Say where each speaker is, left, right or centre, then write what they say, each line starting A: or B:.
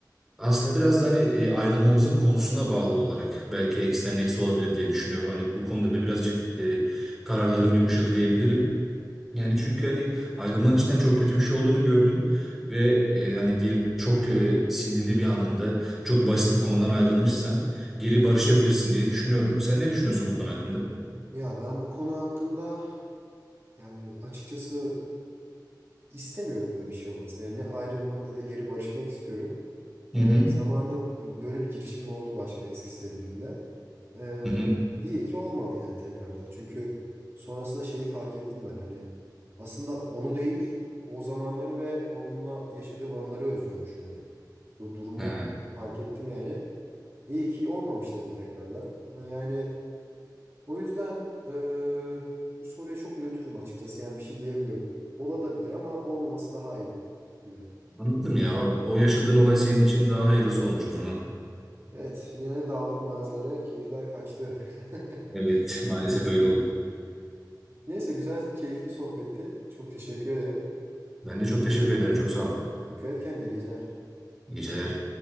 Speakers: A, in the centre; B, on the right (about 35°).
A: aslında biraz da hani e, ayrılmamızın konusuna bağlı olarak belki ex next olabilir diye düşünüyorum. Hani bu konuda birazcık e, kararlarım yumuşadı diyebilirim. Yani çünkü hani ayrılmanın içten çok kötü bir şey olduğunu gördüm ve e, hani diyelim çok e, sinirli bir anında çok basit bir konudan ayrılmışsan geri barışabilirsin diye düşünüyorum. Sen ne düşünüyorsun bu konu hakkında?
B: Ya ben bu konu hakkında yani açıkçası istemiyorum böyle bir şey olmasını. Yani ne ayrılmak ne de geri barışmak istiyorum.
A: Hı
B: Ee,
A: hı.
B: zamanında bu, böyle bir girişimim oldu başka eski sevgilimde. Ee,
A: Hı hı.
B: iyi ki olmadı yani tekrardan. Çünkü sonrasında şeyi fark ettim ben. Hani aslında onu değil, o zamanları ve onunla yaşadığım anları özlüyormuşum hani. Bu durumu
A: Ha,
B: fark ettim yani. İyi ki olmamış dedim tekrardan. Ha, Yani o yüzden eee, bu soruya çok nötrüm açıkçası. Yani bir şey diyemiyorum. Ola da bilir ama olmaması daha iyi gibi.
A: anladım ya. O o yaşadığın olay senin için daha hayırlısı olmuş o zaman.
B: Evet, yine de daldık mazilere. Keyifler kaçtı. <laughs>
A: Evet, maalesef
B: Neyse.
A: öyle oldu.
B: Neyse güzel, keyifli sohbetti. Çok teşekkür ederim.
A: Ben de çok teşekkür ederim. Çok sağ ol.
B: Dikkat et kendine iyi geceler.
A: İyi geceler.